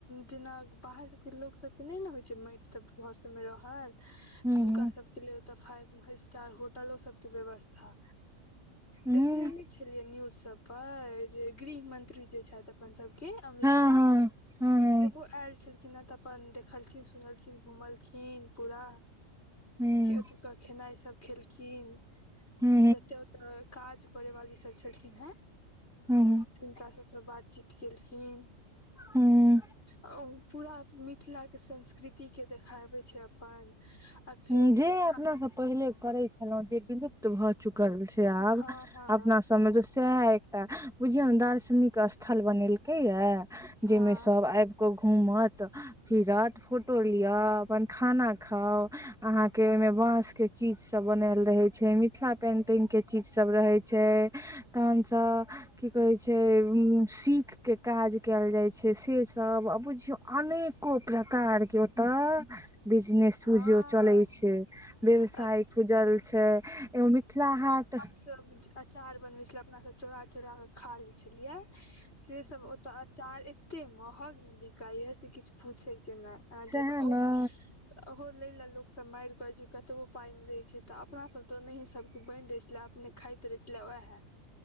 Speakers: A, on the left (about 50°); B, in the centre.
A: जेना बाहर सब के लोग सब के नहि ने होइ छै माटि सबके घर सब मे रहल
B: हूँ
A: तऽ हुनका सबके लेल ओतऽ फाइव स्टार होटलो सभके व्यवस्था
B: हूँ
A: देखने नै छेलियै न्यूज सब पर जे गृहमंत्री जे छथि अपन सब के अमित
B: हँ
A: शाह
B: हँ हँ
A: सेहो आयल छलखिन हँ तऽ अपन देखलखिन सुनलखिन घुमलखिन पूरा
B: हूँ
A: ओतुका खेनाइ सब खेलखिन
B: हूँ
A: जते ओतऽ काज करै वाली सब सब छेलखिन हे
B: हूँ हूँ
A: तिनका सबसँ बातचीत केलखिन
B: हूँ
A: आ ओ पूरा मिथिलाके संस्कृतिके देखाबै छै अपन आ फेर
B: हूंम्म जे
A: जेना
B: अपना सब पहिले करैत छलौं जे विलुप्त भऽ चुकल छै आब
A: अहाँ हँ
B: अपना सबमे तऽ सएह अइ टा बुझियौ ने दार्शनिक स्थल बनेलकै ये
A: हँ
B: जैमे सब आबि कऽ घूमत फिरत फोटो लिय अपन खाना खाउ आहाँ के ओइमे बाँस के चीज सब बनेल रहै छै मिथिला पेंटिंग के चीज सब रहै छै तहन सँ की कहै छै उंम्म सीखके काज कैल जाइ छै से सब आ बुझियौ अनेक अनेको प्रकार के ओतऽ बिजनेस बुझियौ
A: हँ
B: चलै छै व्यवसाय
A: हँ
B: खुजल छै एगो मिथिला हाट
A: सब्जी अँचार बनबै छेलियै अपना सब चोरा चोरा क खा लै छेलियै से सब ओतऽ अँचार ए एत्ते महग मे बिकाइ य से किछु पूछै के नहि अहाँ
B: सएह
A: जेब औ
B: ने
A: ओहो लय लै लोकसभ मारि करत जे कतबो पाइ मे दै छै तऽ अपनासभ तऽ ओनाहीए सभ चीज बाँटि दै छेलियै ये अपने खाएत रहैओएहै